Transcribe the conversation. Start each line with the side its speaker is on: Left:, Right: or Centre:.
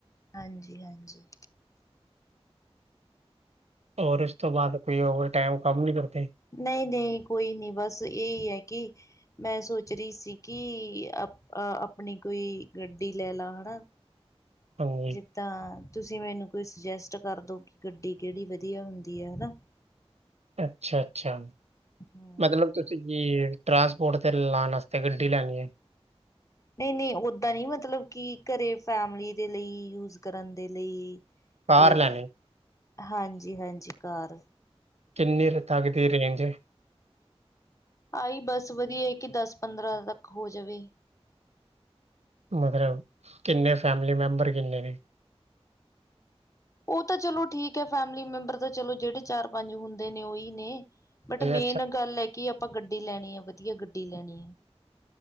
Left: ਹਾਂਜੀ ਹਾਂਜੀ
Right: ਔਰ ਇਸ ਤੋਂ ਬਾਅਦ ਕੋਈ ਓਵਰ ਟਾਈਮ ਕੰਮ ਨੀ ਕਰਦੇ।
Left: ਨਈ ਨਈ ਕੋਈ ਨੀ ਬਸ ਏਈ ਐ ਕੀ- ਮੈਂ ਸੋਚ ਰੀ ਸੀ ਕੀ ਅ ਆਪਣੀ ਕੋਈ ਗੱਡੀ ਲੈ ਲਾ ਹਨਾ।
Right: ਹਾਂਜੀ
Left: ਜਿੱਦਾਂ ਤੁਸੀਂ ਮੈਨੂੰ ਕੋਈ ਸੁਜੈਸਟ ਕਰ ਦੋ ਕਿ ਗੱਡੀ ਕਿਹੜੀ ਵਧੀਆ ਹੁੰਦੀ ਆ ਹਨਾ
Right: ਅੱਛਾ ਅੱਛਾ
Left: ਹਮ
Right: ਮਤਲਬ ਤੁਸੀਂ ਜੀ- ਟਰਾਂਸਪੋਰਟ ਤੇ ਲਾਣ ਆਸਤੇ ਗੱਡੀ ਲੈਣੀ ਏ।
Left: ਨਈ ਨਈ ਓਦਾਂ ਨੀ ਮਤਲਬ ਕੀ ਘਰੇ ਫੈਮਲੀ ਦੇ ਲਈ ਯੂਜ ਕਰਨ ਦੇ ਲਈ।
Right: ਕਾਰ
Left: ਕੋਈ
Right: ਲੈਣੀ ਹੈ?
Left: ਹਾਂਜੀ- ਹਾਂਜੀ ਕਾਰ।
Right: ਕਿੰਨੇ ਕੇ ਤੱਕ ਦੀ ਰੇਂਜ ਏ।
Left: ਆਈ ਬਸ ਵਧੀਆ ਏ ਕਿ ਦਸ ਪੰਦਰਾਂ ਤੱਕ ਹੋ ਜਵੇ।
Right: ਮਤਲਬ ਕਿੰਨੇ ਫੈਮਲੀ ਮੈਂਬਰ ਕਿੰਨੇ ਨੇ?
Left: ਓ ਤਾਂ ਚਲੋ ਠੀਕ ਐ। ਫੈਮਿਲੀ ਮੈਂਬਰ ਤਾਂ ਚਲੋ ਜੇੜੇ ਚਾਰ ਪੰਜ ਹੁੰਦੇ ਨੇ ਓਈ ਨੇ। ਬਟ
Right: ਇਹ
Left: ਮੇਨ
Right: ਅੱਛਾ
Left: ਗੱਲ ਏ ਕੀ ਆਪਾਂ ਗੱਡੀ ਲੈਣੀ ਆ। ਵਧੀਆ ਗੱਡੀ ਲੈਣੀ ਆ।